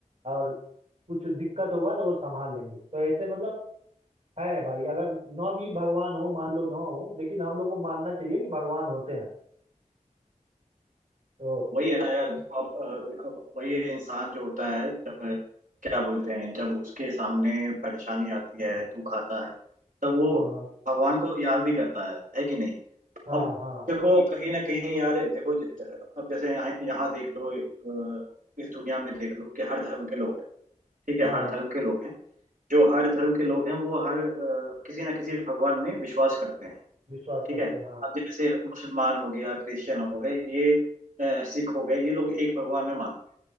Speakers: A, on the right; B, on the right.
A: और कुछ दिक्कत होगा तो वो संभाल लेंगे तो ऐसे मतलब है भाई अगर ना भी भगवान हो मान लो ना हो लेकिन हम लोग को मानना चाहिए कि भगवान होते हैं तो
B: वही है ना यार अब, अ, अब वही इंसान जो होता है जब क्या बोलते हैं जब उसके सामने परेशानी आती है तू खाता है तब वो
A: अ,
B: भगवान को याद भी करता है है कि नहीं
A: हाँ
B: अब
A: हाँ
B: देखो कहीं ना कहीं यार देखो ज- अब जैसे यहाँ यहाँ देख लो अ, इस दुनिया में देख लो कि हर धर्म के लोग हैं ठीक है
A: हाँ
B: हर धर्म के लोग हैं जो हर धर्म के लोग हैं वो हर अ, किसी ना किसी भगवान में विश्वास करते हैं
A: विश्वास
B: ठीक
A: करते
B: है
A: हैं हाँ
B: अब जैसे मुसलमान हो गया क्रिश्चियन हो गए ये अ, सिख हो गए ये लोग एक भगवान में मानते हैं